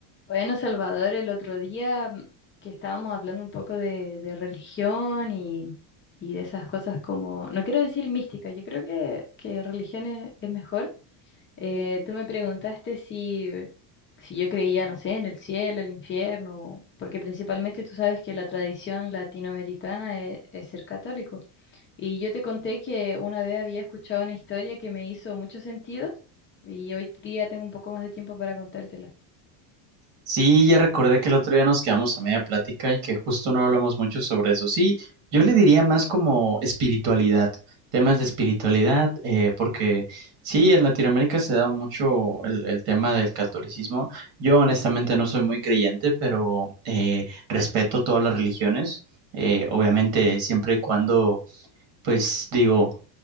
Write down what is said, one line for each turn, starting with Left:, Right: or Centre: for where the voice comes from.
Left: Bueno, Salvador, el otro día mm, que estábamos hablando un poco de, de religión y, y de esas cosas como, no quiero decir mística, yo creo que, que religión es, es mejor. Eh, tú me preguntaste si, si yo creía, no sé, en el cielo, el infierno, porque principalmente tú sabes que la tradición latinoamericana es, es ser católico. Y yo te conté que una vez había escuchado una historia que me hizo mucho sentido y hoy día tengo un poco más de tiempo para contártela.
Right: Sí, ya recordé que el otro día nos quedamos a media plática y que justo no hablamos mucho sobre eso. Sí, yo le diría más como espiritualidad, temas de espiritualidad, eh, porque sí, en Latinoamérica se da mucho el, el tema del catolicismo. Yo honestamente no soy muy creyente, pero eh, respeto todas las religiones, eh, obviamente siempre y cuando, pues digo,